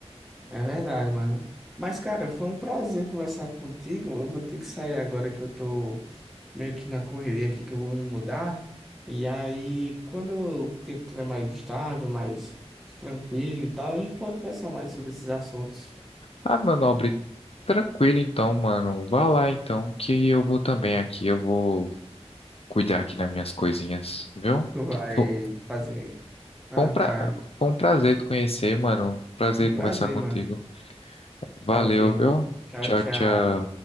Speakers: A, in the centre; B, on the left.
A: É verdade, mano. Mas, cara, foi um prazer conversar contigo. Eu vou ter que sair agora que eu tô meio que na correria aqui, que eu vou me mudar. E aí, quando eu ti- tiver mais estável, mais tranquilo e tal, a gente pode conversar mais sobre esses assuntos.
B: Ah, meu nobre, tranquilo então, mano. Vá lá então, que eu vou também aqui, eu vou cuidar aqui das minhas coisinhas, viu?
A: Tu vai
B: Fo-
A: fazer. Ah,
B: Foi um, pra...
A: tá.
B: Foi um prazer te conhecer, mano. Prazer
A: Foi um prazer,
B: conversar contigo.
A: mano.
B: Valeu,
A: Tá ok, mano.
B: viu?
A: Tchau,
B: Tchau,
A: tchau.
B: tchau.